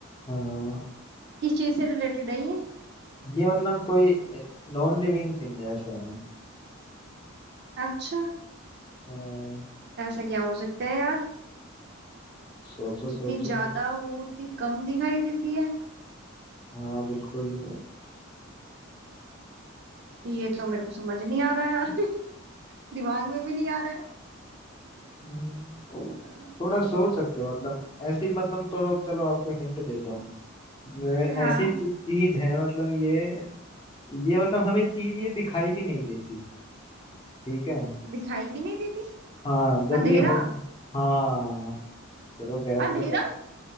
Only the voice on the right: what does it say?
किस चीज से रिलेटेड है ये
अच्छा
ऐसा क्या हो सकता है यार
जितनी
ज्यादा हो उतनी कम दिखाई देती है
ये तो मेरे को समझ नहीं आ रहा यार <laughs> दिमाग में भी नहीं आ रहा है
अ,
हाँ
दिखाई भी नहीं देती
अंधेरा
अंधेरा